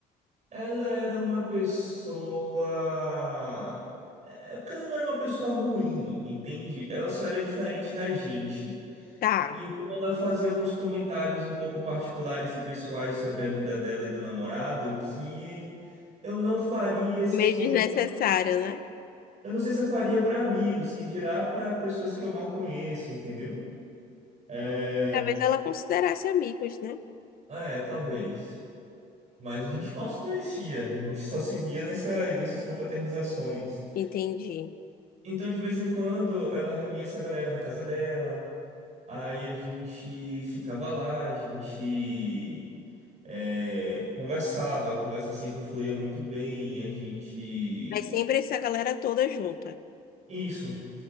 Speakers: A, on the right; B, on the left.
A: Ela era uma pessoa. É porque ela não era uma pessoa ruim, entende? Ela só era diferente da gente.
B: Tá,
A: Então ela fazia alguns comentários um pouco particulares e pessoais sobre a vida dela e do namorado que eu não faria esses
B: meio
A: comentários.
B: desnecessário, né?
A: Eu não sei se eu faria para amigos, que dirá para pessoas que eu mal conheço, entendeu? É,
B: Talvez ela considerasse amigos, né?
A: ah, é, talvez. Mas a gente mal se conhecia, a gente só se via nessa, nessas confraternizações.
B: Entendi.
A: Então, de vez em quando, ela reunia essa galera na casa dela. Aí a gente ficava lá, a gente é, conversava, a conversa sempre fluía muito bem, a gente.
B: Mas sempre essa galera toda junta.
A: Isso.